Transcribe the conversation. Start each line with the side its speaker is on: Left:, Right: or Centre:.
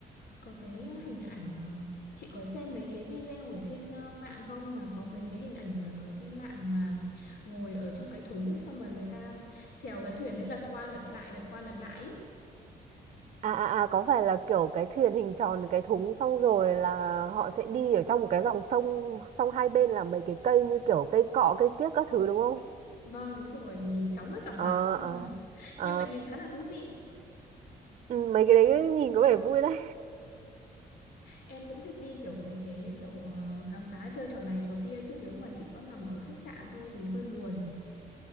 Left: Có cái ờ, hình ảnh ờm, chị có xem mấy cái video ở trên ờ, mạng không mà có mấy cái hình ảnh ở, ở trên mạng mà ngồi ở trong cái thúng ấy xong rồi người ta chèo cái thuyền ấy lật qua lật lại lật qua lật lại ấy.
Right: À, à, à có phải là kiểu cái thuyền hình tròn cái thúng xong rồi là họ sẽ đi ở trong một cái dòng sông sông hai bên là mấy cái cây như kiểu cây cọ cây kiếc các thứ đúng không?
Left: Vâng đúng rồi nhìn chóng hết cả mặt
Right: Ờ
Left: nhưng
Right: ờ
Left: mà <laughs>
Right: ờ
Left: nhưng mà nhìn khá là thú vị
Right: ừ, mấy cái đấy nhìn có vẻ vui đấy.
Left: em cũng thích đi kiểu mấy cái kiểu ờ, khám phá chơi trò này trò kia chứ nếu mà chỉ có nằm ở khách sạn thôi thì hơi buồn